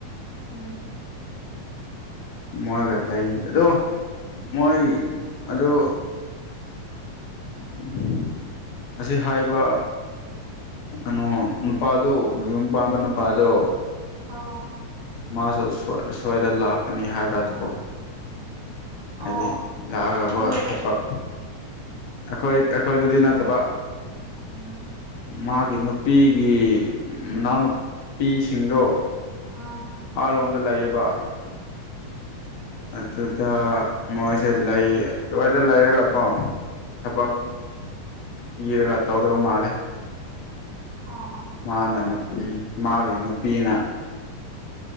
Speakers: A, on the right; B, on the left.
A: ꯎꯝ
B: ꯃꯣꯏꯒ ꯂꯩ ꯑꯗꯣ ꯃꯣꯏ ꯑꯗꯣ <unintelligible> ꯑꯁꯤ ꯍꯥꯏꯕ ꯀꯩꯅꯣ ꯅꯨꯄꯥꯗꯣ ꯅꯌꯨꯝ ꯄꯥꯟꯕ ꯅꯨꯄꯥꯗꯣ
A: ꯑꯥ
B: ꯃꯥꯁꯨ ꯁ꯭ꯋꯥꯏꯗ ꯂꯥꯛꯀꯅꯤ ꯍꯥꯏꯕ꯭ꯔꯥ ꯇꯧꯋꯤ
A: ꯑꯣ
B: ꯍꯥꯏꯗꯤ
A: ꯑꯣ
B: ꯂꯥꯛꯑꯒꯀꯣ
A: ꯅꯣꯏ
B: ꯊꯕꯛ ꯑꯩꯈꯣꯏ ꯑꯩꯈꯣꯏꯗꯗꯤ ꯅꯠꯇꯕ
A: ꯎꯝ
B: ꯃꯥꯒꯤ ꯅꯨꯄꯤꯒꯤ ꯃꯅꯥꯎꯅꯨꯄꯤꯁꯤꯡꯗꯣ
A: ꯎꯝ
B: ꯑꯂꯣꯝꯗ ꯂꯩꯌꯦꯕ ꯑꯗꯨꯗ ꯃꯣꯏꯁꯦ ꯂꯩ ꯑꯗꯨꯋꯥꯏꯗ ꯂꯩꯔꯒꯀꯣ ꯊꯕꯛ
A: ꯎꯝ
B: ꯊꯤꯔꯒ ꯇꯧꯗꯧ ꯃꯥꯜꯂꯦ
A: ꯑꯣ ꯑ
B: ꯃꯥꯅ ꯅꯨꯄꯤ ꯃꯥꯒꯤ ꯅꯨꯄꯤꯅ